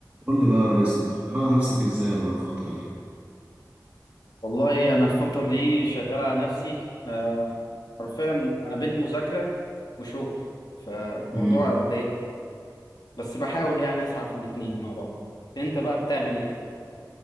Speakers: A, on the right (about 20°); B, on the left (about 70°).
A: قول لي بقى يا ريس انت شغال على نفسك ازاي بقى الفترة دي
B: والله انا الفتره دي شغال على نفسي آه، حرفيا انا بين مذاكره وشغل فالموضوع
A: امم
B: مضايق بس بحاول يعني اسعى في الاتنين مع بعض انت بقى بتعمل ايه